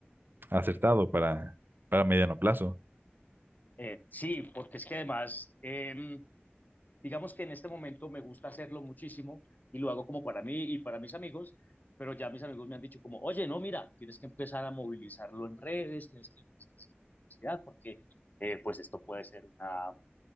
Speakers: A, on the right; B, on the left.
A: acertado para, para mediano plazo.
B: Eh, sí, porque es que además, eh, Digamos que en este momento me gusta hacerlo muchísimo y lo hago como para mí y para mis amigos, pero ya mis amigos me han dicho como, oye, no, mira, tienes que empezar a movilizarlo en redes, tienes que empezar a hacer publicidad, porque eh, pues esto puede ser una,